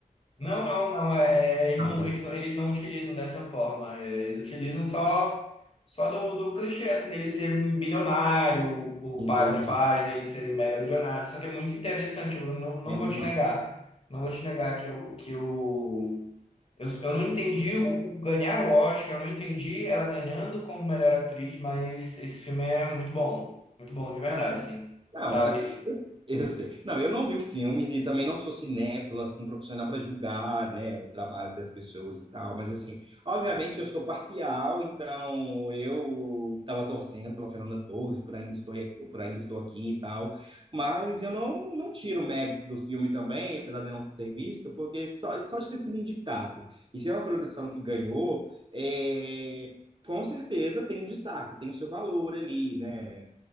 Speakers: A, on the left; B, on the right.
A: Não, não, não. É, é, eles
B: Ah,
A: não,
B: beleza.
A: eles não, eles não utilizam dessa forma. é, Eles utilizam só, só do, do clichê, assim, dele ser um bilionário, o
B: Entendi.
A: pai, os pais dele serem mega bilionários. Só que é muito interessante, eu não, não
B: Menos
A: vou te
B: mal.
A: negar. Não vou te negar que eu, que eu, eu, eu não entendi o, o ganhar o Oscar, eu não entendi ela ganhando como melhor atriz, mas esse filme é muito bom. Muito bom, de verdade,
B: Ah, sim.
A: sim.
B: Não,
A: Sabe?
B: é- eu sei. Não, eu não vi o filme e também não sou cinéfilo, assim, profissional para julgar, né, o trabalho das pessoas e tal, mas, assim, obviamente eu sou parcial, então eu estava torcendo pela Fernanda Torres, por ainda estou, por ainda estou aqui e tal, mas eu não, não tiro o mérito do filme também, apesar de não ter visto, porque só, só de ter sido indicado, e se é uma produção que ganhou, é, com certeza tem um destaque, tem o seu valor ali, né,